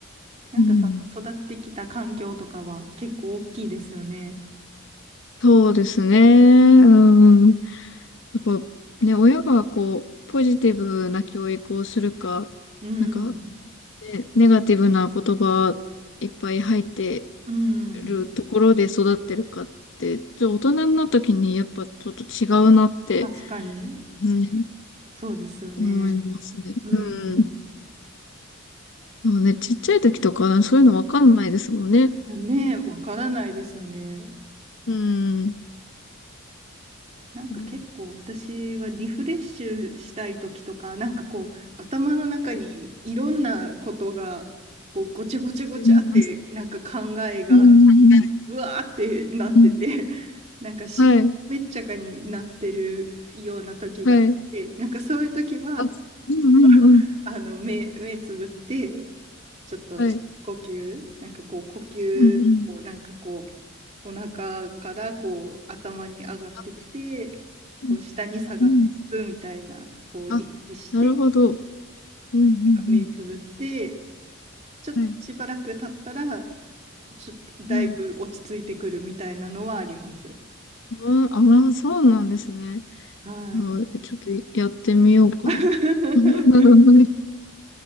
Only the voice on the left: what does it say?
うん。そうですね。うん。やっぱね、親がこう、ポジティブな教育をするか、
なんか、ね、ネガティブな言葉いっぱい入って
るところで育ってるかって、ちょっと大人になった時にやっぱちょっと違うなって、
うん、
思いますね。
うん。そうね、ちっちゃい時とかそういうのわかんないですもんね。
うん。
それも
はい。うん。
うん。うん。
はい。はい。
あ、うんうんうん。
はい。
うんうん。
あ、うん。
うん。
あ、なるほど。うんうん
うん。はい。
うん。ああー、そうなんですね。
あー、ちょっとやってみようかな。
あ <laughs> ー